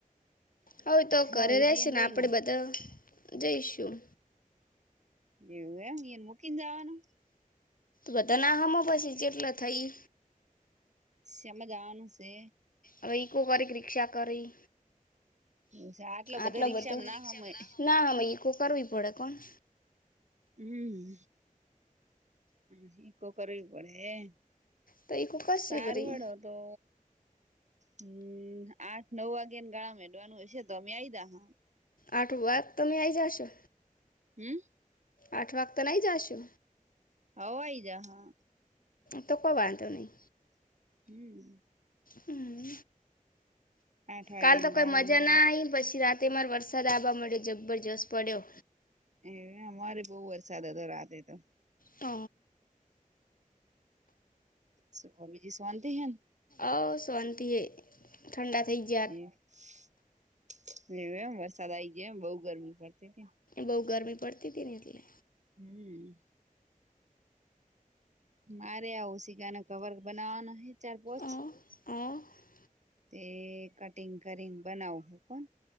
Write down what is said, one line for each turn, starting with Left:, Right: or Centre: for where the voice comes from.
Left: હવે તો
Right: હ
Left: ઘરે
Right: એ
Left: રહેશે
Right: બેન
Left: ને
Right: લઈને
Left: આપણે બધા જઈશું
Right: એવું એમ મુકી જવાનું
Left: બધા ના હમાં પછી જેટલા થઈ
Right: શેમાં જવાનું સે
Left: હવે ઇકો વારી ઈક રિક્ષા કરી
Right: આટલો બધો
Left: આટલા
Right: રિક્ષામાં
Left: બધા રિક્ષા
Right: ના હમય
Left: માં ના આમાં ઇકો કરવી પડે કોણ
Right: હમ્મ હ ઇકો કરવી પડે
Left: તો ઈકો કરશે
Right: સાર
Left: ભરી
Right: વળોતો હમ આઠ નવ વાગ્યા ન ગાળા હેડવાનું હયશે તો અમે આઈ જા હા.
Left: આઠ વાગ તમે આયી જશો?
Right: હમ.
Left: આઠ વાગ કાલ આયી જાસો.
Right: અવાય જાહ.
Left: તો કો વાંધો નઈ.
Right: હમ.
Left: હમ.
Right: આઠ વાગ્યાના
Left: કાલ તો કોઈ
Right: ગાળામાં
Left: મજાના આવી પછી રાતે માર વરસાદ આવા મળ્યો જબરજસ્ત પડ્યો.
Right: એ અમારે બઉ વરસાદ હતો રાતે તો.
Left: હ.
Right: સુ કો બીજી સોનતી હૈંન?
Left: અવ સોન્તી હે. ઠંડા થઈ ગ્યા.
Right: એવું એવું એમ વરસાદ આ ગાય એમ બઉ ગરમી પડતી હતી.
Left: બહુ ગરમી પડતી તીન એટલે.
Right: હમ. મારે આ ઓશિકાના કવર બનાવાનો હે ચાર પોચ.
Left: હ હ
Right: તે કટિંગ કરીન બનાવું હો.